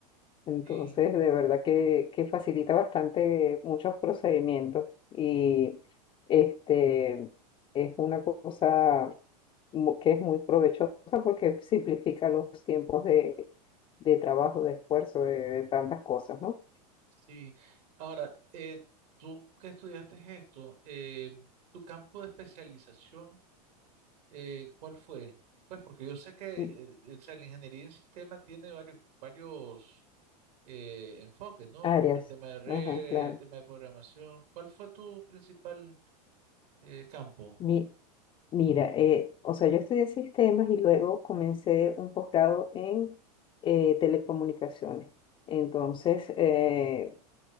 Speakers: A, on the left; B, on the right.
A: Entonces,
B: Sí.
A: de verdad que, que facilita bastante muchos procedimientos y este, es una cosa mu- que es muy provechosa porque simplifica los tiempos de, de trabajo, de esfuerzo, de, de tantas cosas, ¿no?
B: Sí, ahora, eh, tú que estudiaste esto, eh, tu campo de especialización, eh, ¿cuál fue? Pues porque yo sé que
A: Mm,
B: eh, eh, o sea, la ingeniería en sistema tiene varios, varios eh, enfoques, ¿no?
A: Áreas,
B: Como el tema de redes,
A: ajá, claro.
B: el tema de programación. ¿Cuál fue tu principal eh, campo?
A: Mi, mira, eh, o sea, yo estudié sistemas y luego comencé un posgrado en eh, telecomunicaciones. Entonces, eh,